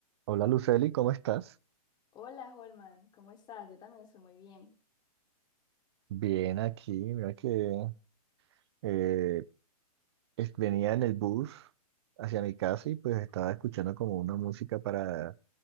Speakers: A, on the right; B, on the left.
A: Hola Luceli, ¿cómo estás?
B: Hola, Holman, ¿cómo estás? Yo también estoy muy bien.
A: Bien aquí, mira que eh, es- venía en el bus hacia mi casa y pues estaba escuchando como una música para